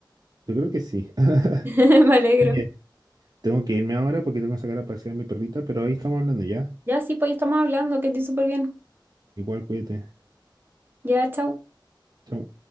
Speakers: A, on the right; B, on the right.
A: Yo creo que sí. <laughs>
B: <laughs> Me alegro.
A: Oye, tengo que irme ahora porque tengo que sacar a pasear a mi perrita, pero ahí estamos hablando ya.
B: Ya sí, pues ya estamos hablando, que estoy súper bien.
A: Igual, cuídate.
B: Ya, chao.
A: Chao.